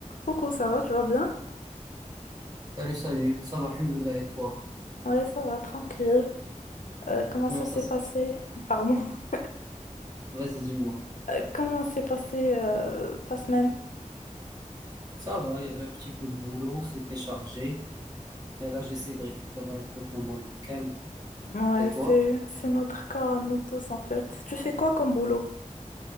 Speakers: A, on the left; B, on the right.
A: Coucou, ça va, tu vas bien?
B: Salut, salut, ça va, Alhamdoulilah, et toi?
A: Ouais, ça va, tranquille. Euh, comment
B: Comment
A: ça
B: ça
A: s'est
B: se
A: passé?
B: passe?
A: Pardon. <laughs>
B: Vas-y, dis-moi.
A: Euh, comment s'est passé euh, ta semaine?
B: Ça va, il y avait un petit peu de boulot, c'était chargé, et là j'essaie de récupérer un peu pendant le week-end.
A: Ouais,
B: Et toi?
A: c'est c'est notre cas, nous tous en fait. Tu fais quoi comme boulot?